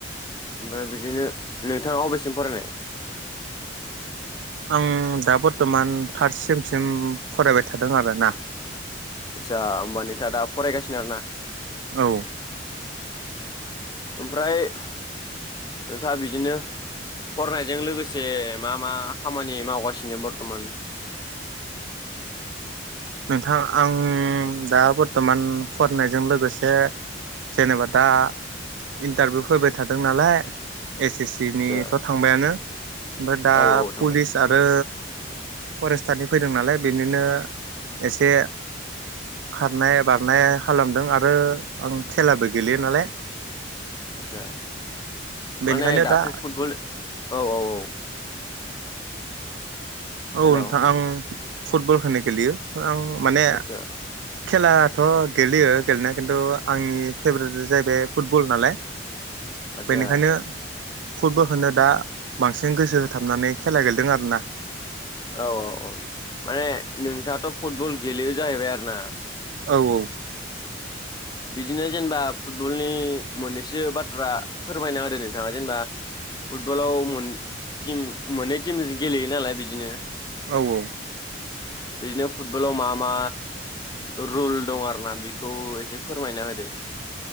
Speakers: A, on the left (about 20°); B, on the right (about 75°).
A: ओमफ्राय बिदिनो नोंथाङा अबेसिम फरायनाय।
B: आं दा बर्थमान थार्ड सेमसिम फरायबाय थादों आरो ना।
A: आदसा होमबा नोंथाङा दा फरायगासिनो आरोना।
B: औ।
A: ओमफ्राय नोंथाङा बिदिनो। फरायनायजों लोगोसे मा मा खामानि मावगासिनो बरत'मान।
B: <inaudible> नोंथां आं दा बर्तमान फरायनायजों लोगोसे जेनेबा दा इन्टारभिउ फैबाय थादों नालाय। एस एस सि
A: आदसा
B: निथ' थांबायानो ओमफ्राय दा
A: औ औ
B: पुलिस
A: थांबाय
B: आरो फरेस्टारनि फैदों नालाय बेनिनो एसे खारनाय बारनाय खालामदों आरो आं खेलाबो गेलेयो नालाय।
A: आतसा
B: बेनिखायनो
A: माने दाथ'
B: दा
A: फुटबल औ औ औ।
B: औ
A: हेल'
B: नोंथां आं फुटबलखोनो गेलेयो आं माने
A: आदसा
B: खेलाथ' गेलेयो गेलेनाया खिन्थु आंनि फेभरेटा जाहैबाय फुटबल नालाय।
A: आदसा
B: बेनिखायनो फुटबलखौनो दा बांसिन गोसो होथाबनानै खेला गेलेदों आरो ना।
A: औ औ औ माने नोंथाङाथ' फुटबल गेलेयो जाहैबाय आरोना।
B: औ औ।
A: बिदिनो जेनेबा फुटबलनि मोननैसो बाथ्रा फोरमायना होदो नोंथाङा जेनेबा फुटबलाव मोन टिम मोननै टिमजों गेलेयो नालाय बिदिनो
B: औ औ।
A: बिदिनो फुटबलाव मा मा रुल दं आरो ना बेखौ एसे फोरमायना होदो।